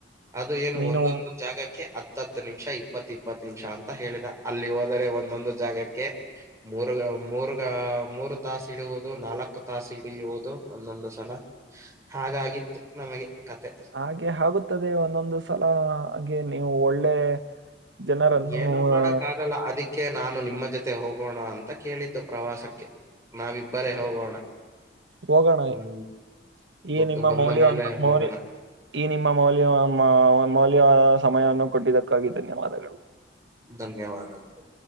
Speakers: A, on the right; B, on the right.
A: ಅದು ಏನು
B: ನೀನು
A: ಒಂದೊಂದು ಜಾಗಕ್ಕೆ ಹತ್ತತ್ತು ನಿಮಿಷ ಇಪ್ಪತ್ತು ಇಪ್ಪತ್ತು ನಿಮಿಷ ಅಂತ ಹೇಳಿದ ಅಲ್ಲಿ ಹೋದರೆ ಒಂದೊಂದು ಜಾಗಕ್ಕೆ ಮೂರ ಮೂರ್ಗ ಮೂರು ತಾಸ ಇಡುವುದು ನಾಲ್ಕು ತಾಸು ಹಿಡಿಯುವುದು ಒಂದೊಂದು ಸಲ ಹಾಗಾಗಿತ್ತು ನಮಗೆ ಕತೆ
B: ಹಾಗೆ ಆಗುತ್ತದೆ ಒಂದೊಂದು ಸಲ ಹಾಗೆ ನೀವು ಒಳ್ಳೆ ಜನರನ್ನು
A: ಏನು ಮಾಡಕ್
B: ಆ,
A: ಆಗಲ್ಲ ಅದಕ್ಕೆ ಅದಕ್ಕೆ ನಾನು ನಿಮ್ಮ ಜೊತೆ ಹೋಗೋಣ ಅಂತ ಕೇಳಿದ್ದು ಪ್ರವಾಸಕ್ಕೆ. ನಾವಿಬ್ಬರೇ ಹೋಗೋಣ.
B: ಹೋಗೋಣ
A: ಹ್ಮ್
B: ಈ
A: ದುಡ್ಡು
B: ನಿಮ್ಮ
A: ಬಂದ
B: ಮೌಲ್ಯ
A: ಮೇಲೆ
B: ಮೌಲ್
A: ಹೋಗೋಣ
B: ಈ ನಿಮ್ಮ ಮೌಲ್ಯ ಮೌಲ್ಯ ಸಮಯವನ್ನು ಕೊಟ್ಟಿದ್ದಕ್ಕಾಗಿ ಧನ್ಯವಾದಗಳು.
A: ಧನ್ಯವಾದಗಳು